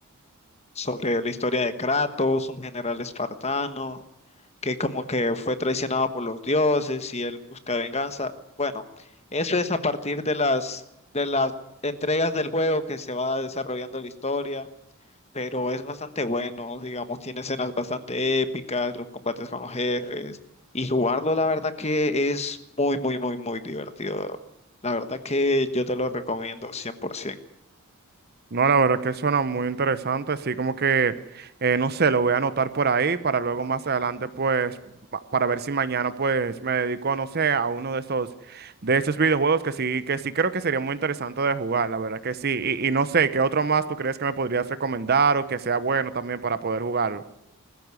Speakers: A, on the left; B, on the right.
A: sobre la historia de Kratos, un general espartano que como que fue traicionado por los dioses y él busca venganza. Bueno, eso es a partir de las de las entregas del juego que se va desarrollando la historia, pero es bastante bueno, digamos, tiene escenas bastante épicas, los combates con los jefes y jugarlo la verdad que es muy muy muy muy divertido. La verdad que yo te lo recomiendo 100%.
B: No, la verdad que suena muy interesante, así como que, eh, no sé, lo voy a anotar por ahí para luego más adelante, pues, pa- para ver si mañana, pues, me dedico, no sé, a uno de estos, de estos videojuegos que sí, que sí creo que sería muy interesante de jugar, la verdad que sí. Y, y no sé, ¿qué otro más tú crees que me podrías recomendar o que sea bueno también para poder jugarlo?